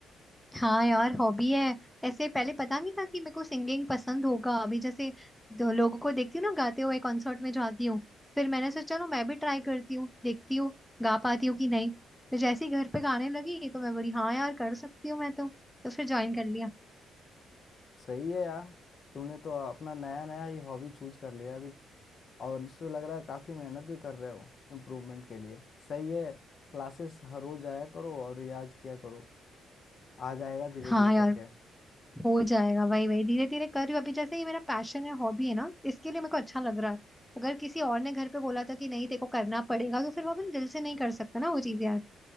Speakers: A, in the centre; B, on the left.
A: हाँ यार हॉबी है ऐसे पहले पता नहीं था कि मेरे को सिंगिंग पसंद होगा अभी जैसे दो लोगों को देखती हूँ ना गाते हुए कॉन्सर्ट में जाती हूँ फिर मैंने सोचा चलो मैं भी ट्राई करती हूँ देखती हूँ गा पाती हूँ कि नहीं फिर जैसे ही घर पे गाने लगी तो मैं बोली हाँ यार कर सकती हूँ मैं तो तो फिर ज्वाइन कर लिया
B: सही है यार तुमने तो अपना नया नया ही हॉबी चूज कर लिया अभी और इसमें लग रहा है काफी मेहनत भी कर रहे हो इम्प्रूवमेंट के लिए सही है क्लासेस हर रोज आया करो और रियाज किया करो आ जाएगा धीरे
A: हाँ
B: धीरे
A: यार
B: करके
A: हो जाएगा वही वही धीरे धीरे कर रही हूँ अभी जैसे ये मेरा पैशन है हॉबी है ना इसके लिए मेरे को अच्छा लग रहा है अगर किसी और ने घर पे बोला था कि नहीं तेरे को करना पड़ेगा तो फिर वो अपन दिल से नहीं कर सकता ना वो चीज यार